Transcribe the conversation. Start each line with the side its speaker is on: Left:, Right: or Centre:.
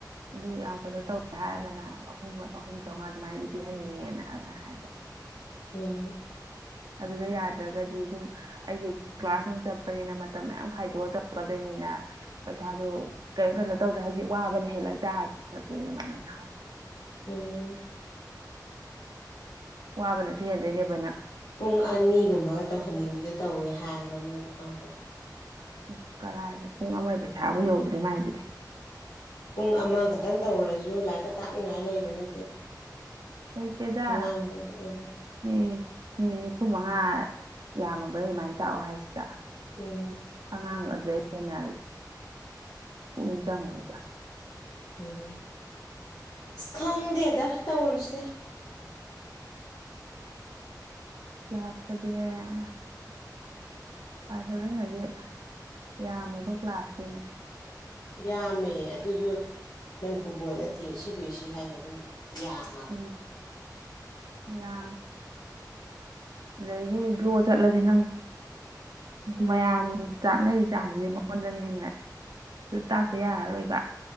Right: ꯑꯗꯨ ꯌꯥꯝ ꯀꯩꯅꯣ ꯇꯧꯋꯦ ꯍꯥꯏꯔꯒꯅ ꯑꯍꯨꯝ ꯑꯍꯨꯝ ꯆꯥꯝꯃꯉꯥ ꯑꯗꯨꯃꯥꯏꯅꯗꯤ ꯄꯤꯍꯟꯅꯤꯡꯉꯦꯅ ꯑꯗꯨꯃꯥꯏꯅ ꯍꯥꯏꯕꯣ
Left: ꯎꯝ
Right: ꯑꯗꯨꯗ ꯌꯥꯗ꯭ꯔꯒꯗꯤ ꯑꯗꯨꯝ ꯑꯩꯁꯨ ꯀ꯭ꯂꯁ ꯅꯨꯡ ꯆꯠꯄꯅꯤꯅ ꯃꯇꯝ ꯃꯌꯥꯝ ꯈꯥꯏꯗꯣꯛꯑ ꯇꯧꯀꯗꯣꯏꯅꯤꯅ ꯄꯩꯁꯥꯗꯣ ꯀꯔꯤꯝ ꯀꯩꯅꯣ ꯇꯧꯗ꯭ꯔꯦ ꯍꯧꯖꯤꯛ ꯋꯥꯕꯅ ꯍꯦꯜꯂꯛ ꯇꯥꯔꯗꯤ ꯈꯣꯠꯄ ꯑꯗꯨꯃꯥꯏꯅ ꯑꯣꯏꯅ ꯍꯥꯏ
Left: ꯎꯝ
Right: ꯋꯥꯕꯅꯁꯨ ꯍꯦꯟꯗꯣꯏꯅꯦꯕꯅ
Left: ꯄꯨꯡ ꯑꯅꯤꯒꯨꯝꯕꯒ ꯇꯧꯍꯟꯅꯤꯡꯕꯤꯗꯨ ꯇꯧꯋꯦ ꯍꯥꯏꯕ ꯃꯣꯏꯗꯣ ꯈꯪꯕ꯭ꯔꯥ
Right: ꯎ ꯀꯔꯥꯏꯗ ꯄꯨꯡ ꯑꯃꯒꯤ ꯄꯩꯁꯥꯐꯧ ꯌꯧꯗ꯭ꯔꯦ ꯃꯥꯏꯗꯨꯗꯤ
Left: ꯄꯨꯡ ꯑꯃꯈꯛꯇꯪ ꯇꯧꯔꯁꯨ ꯂꯥꯏꯔꯤꯛꯀ ꯇꯥꯛꯅꯤꯡꯉꯥꯏ ꯂꯩꯕ ꯅꯠꯇꯦꯗ
Right: ꯂꯩꯇꯦꯗꯥ
Left: ꯑꯉꯥꯡꯗꯗꯤ ꯑ
Right: ꯃꯤ ꯃꯤꯠ ꯅꯤꯐꯨꯃꯉꯥ ꯌꯥꯝꯃꯕ꯭ꯔꯥ ꯑꯗꯨꯃꯥꯏꯅ ꯇꯥꯛꯑꯣ ꯍꯥꯏꯁꯤꯗ
Left: ꯎꯝ
Right: ꯉꯥꯡꯑꯗ꯭ꯔꯩ ꯍꯦꯟꯅ ꯄꯨꯛꯅꯤꯡ ꯆꯪꯉꯣꯏꯕ
Left: ꯎꯝ ꯑꯁ ꯈꯪꯗꯦꯗ ꯇꯧꯔꯤꯁꯦ
Right: ꯀ꯭ꯂꯥꯁ ꯁꯕꯦꯟ ꯀ꯭ꯂꯥꯁ ꯁꯦꯚꯦꯟ ꯑꯣꯢꯗꯤ ꯌꯥꯝꯃꯕ ꯀ꯭ꯂꯥꯁꯅꯤꯅꯦ
Left: ꯌꯥꯝꯃꯦ ꯑꯗꯨꯁꯨ ꯃꯅꯤꯄꯨꯔ ꯕꯣꯔꯠ ꯅꯠꯇꯦ ꯁꯤ ꯕꯤ ꯑꯦꯁ ꯁꯤ ꯍꯥꯏꯁꯦ ꯑꯗꯨꯝ ꯌꯥꯝꯃꯦ
Right: ꯎꯝ ꯌꯥ ꯑꯗꯒꯤ ꯂꯣ ꯆꯠꯂꯗꯤ ꯅꯪ
Left: ꯎꯝ
Right: ꯃꯌꯥꯝ ꯇꯥꯛꯅꯔꯤ ꯆꯥꯡꯁꯤꯗꯤ ꯃꯉꯣꯟꯗꯅ ꯍꯦꯟꯅ ꯇꯥꯛꯇ ꯌꯥꯔꯔꯣꯏꯕ